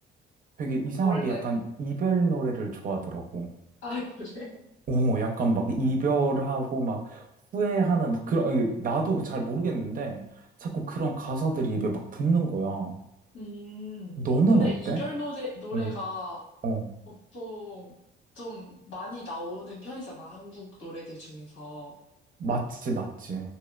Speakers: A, on the right (about 45°); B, on the left (about 80°).
A: 되게 이상하게
B: 원래,
A: 약간 이별 노래를 좋아하더라고.
B: 아, 그래?
A: 오, 약간 막 이별하고 막 후회하는, 막 그런, 아니, 나도 잘 모르겠는데 자꾸 그런 가사들이 입에 막 붙는 거야.
B: 음,
A: 너는
B: 근데
A: 어때?
B: 이별 노래, 노래가
A: 응, 어.
B: 보통 좀 많이 나오는 편이잖아, 한국 노래들 중에서.
A: 맞지, 맞지,